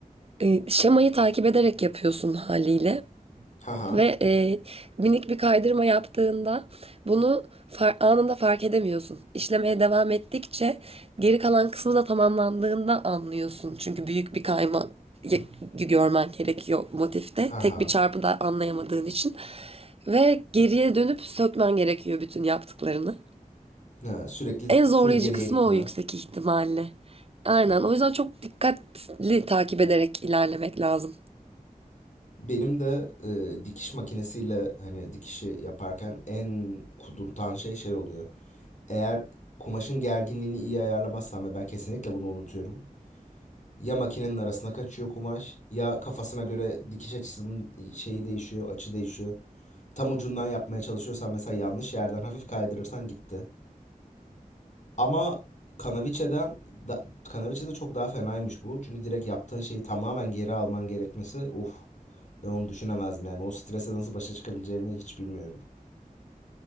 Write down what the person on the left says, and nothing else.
Ha ha.
Ha
ha.
Ha, sürekli
full geriye
gitme.
Of.
Benim de e, dikiş makinesiyle hani dikişi yaparken en kudurtan şey şey oluyor. Eğer kumaşın gerginliğini iyi ayarlamazsam ve ben kesinlikle bunu unutuyorum. Ya makinenin arasına kaçıyor kumaş ya kafasına göre dikiş açısının şeyi değişiyor, açı değişiyor. Tam ucundan yapmaya çalışıyorsan mesela yanlış yerden hafif kaydırırsan gitti. Ama Kanaviçe'den da, Kanaviçe'de çok daha fenaymış bu. Çünkü direkt yaptığın şeyi tamamen geri alman gerekmesi of. Ben onu düşünemezdim yani. O strese nasıl başa çıkabileceğimi hiç bilmiyorum.